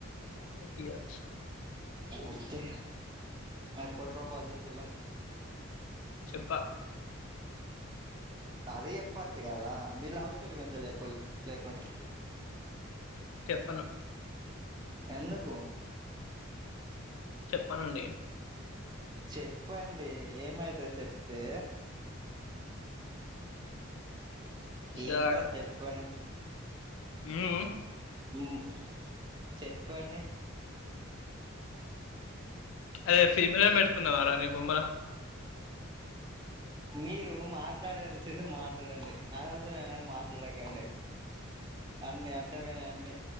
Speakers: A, on the left; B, on the right.
A: బకియాచ్
B: ఓకే ఎప్పుడు పా ప చేేసిల్లో
A: చెప్ప
B: అదే జెప్పచ్చు గదా మీ లవ్ స్టోరీ గుంచే చెప్పుల్ లేకుంటే
A: చెప్పను
B: ఎందుకు
A: చెప్పనండి
B: చెప్పండి ఏమైత చెప్తే
A: శివగాడు
B: ఏంకాద్ చెప్పండి
A: ఉమ్
B: మ్మ్ చెప్పండి
A: అదే ఫీమేల్ పెట్టుకున్నావారా నీ బొమ్మ
B: మీరు మాట్లాడాల్సింది మాట్లాడండి అనవసర ఏనా మాట్లాడకండి అన్నీ అడ్డమే అన్ని